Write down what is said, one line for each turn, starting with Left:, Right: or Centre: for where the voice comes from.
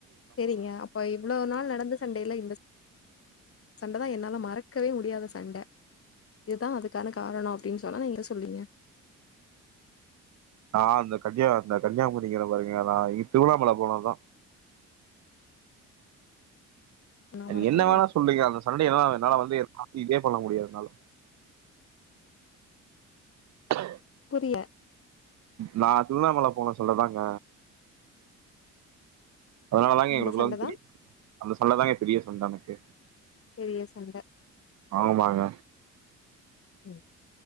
Left: சரிங்க அப்ப இவ்ளோ நாள் நடந்த சண்டைல்ல இந்தச் சண்டதா என்னால மறக்கவே முடியாத சண்ட இதுதா அதுக்கான காரணோ அப்டின்னு சொன்னா நீங்க எத சொல்வீங்க
Right: நா அந்த கன்னியா அந்த கன்னியாகுமரிங்கிற பாருங்க நா இ திருவண்ணாமல போனதா
Left: நான்
Right: அது
Left: மறக்க
Right: என்ன வேணா சொல்லுங்க அந்த சண்டேய என்னால என்னால வந்து அ இதே பண்ண முடியாது என்னால ஆ
Left: பிய
Right: நா திருவண்ணாமல போன சொல்லதாங்க அதனால தாங்க
Left: அந்த
Right: எங்களுக்குள்ள
Left: சண்ட
Right: அந்து
Left: தான்
Right: பிரி அந்த சண்ட தாங்க பிரியவே வந் தமக்கு
Left: பெரிய சண்ட
Right: ஆமாங்க
Left: ம்